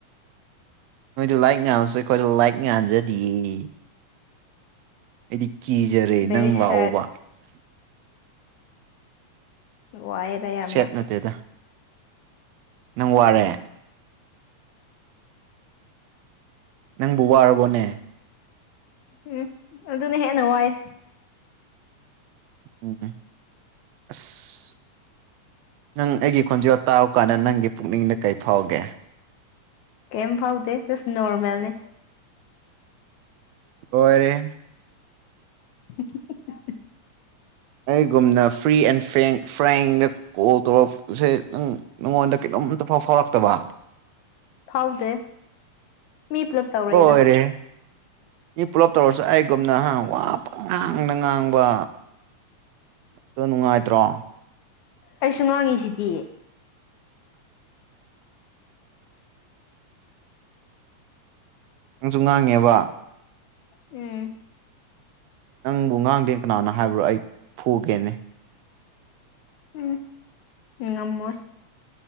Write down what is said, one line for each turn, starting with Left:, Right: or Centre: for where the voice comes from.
Right: ꯅꯣꯏꯗꯨ ꯂꯥꯏꯇ ꯉꯥꯜꯂꯁꯨ ꯑꯩꯈꯣꯏꯗ ꯂꯥꯏꯇ ꯉꯥꯟꯖꯗꯤꯌ‌ꯦ ꯑꯩꯗꯤ ꯀꯤꯖꯔꯦ
Left: ꯕꯦꯔꯤ
Right: ꯅꯪ
Left: ꯁꯦꯠ
Right: ꯂꯥꯛꯑꯣꯕ
Left: ꯋꯥꯏꯗ ꯌꯥꯔꯅ
Right: ꯁꯦꯠ ꯅꯠꯇꯦꯗ ꯅꯪ ꯋꯥꯔꯦ ꯅꯪꯕꯨ ꯋꯥꯔꯕꯣꯅꯦ
Left: ꯎ ꯎꯝ ꯑꯗꯨꯅ ꯍꯦꯟꯅ ꯋꯥꯏꯦ
Right: ꯎꯝ ꯑꯁ ꯅꯪ ꯑꯩꯒꯤ ꯈꯣꯟꯖꯣ ꯇꯥꯕ ꯀꯥꯟꯗ ꯅꯪꯒꯤ ꯄꯨꯛꯅꯤꯡꯗ ꯀꯩ ꯐꯥꯎꯒꯦ
Left: ꯀꯩꯝ ꯐꯥꯎꯗ ꯖꯁ ꯅꯣꯔꯃꯦꯜꯅꯦ
Right: ꯂꫭꯏꯔꯦꯍ‌ꯦ
Left: <unintelligible>
Right: ꯑꯩꯒꯨꯝꯅ ꯐ꯭ꯔꯤ ꯑꯦꯟ ꯐꯦꯡ ꯐ꯭ꯔꯦꯡꯗ ꯀꯣꯜ ꯇꯧꯔꯛꯄꯁꯦ ꯅꯪ ꯅꯉꯣꯟꯗ ꯀꯩꯅꯣꯝꯇ ꯐꯥꯎ ꯐꯥꯎꯔꯛꯇꯕ
Left: ꯐꯥꯎꯗꯦ ꯃꯤ ꯄꯨꯂꯞ ꯇꯧꯔꯛꯑꯦꯗ
Right: ꯂꯣꯏꯔꯦ ꯃꯤ ꯄꯨꯂꯞ ꯇꯧꯔꯁꯨ ꯑꯩꯒꯨꯝꯅꯍ ꯋꯥꯕ ꯉꯥꯡꯅ ꯉꯥꯡꯕ ꯑꯗꯨ ꯅꯨꯡꯉꯥꯏꯇ꯭ꯔꯣ
Left: ꯑꯩꯁꯨ ꯉꯥꯡꯉꯤꯁꯤꯗꯤ
Right: ꯅꯪꯁꯨ ꯉꯥꯡꯉꯦꯕ
Left: ꯎꯝ
Right: ꯅꯪꯕꯨ ꯉꯥꯡꯗꯦ ꯀꯅꯅꯥ ꯍꯥꯏꯕ꯭ꯔꯣ ꯑꯩ ꯐꯨꯒꯦꯅꯦ
Left: ꯎꯝ ꯉꯝꯃꯣꯏ